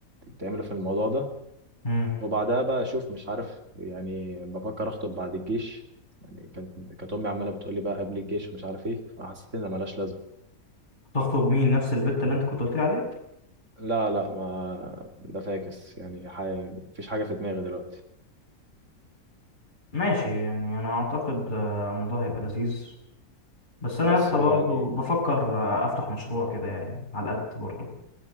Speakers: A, on the right (about 55°); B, on the left (about 30°).
A: بتعملوا في الموضوع ده
B: مم.
A: وبعدها بقى أشوف مش عارف يعني بفكر أخطب بعد الجيش يعني كانت كانت أمي عمالة بتقولي بقى قبل الجيش ومش عارف إيه فحسيت إن ملهاش لازمة
B: تخطب مين نفس البت اللي انت كنت قلت لي عليها
A: لا لا ما ده فاكس يعني حي... مفيش حاجة في دماغي دلوقتي
B: ماشي يعني انا اعتقد آه، الموضوع هيبقى لذيذ بس
A: بس
B: انا يا اسطى
A: يعني
B: برضه بفكر آه، افتح مشروع كده يعني على قد برضه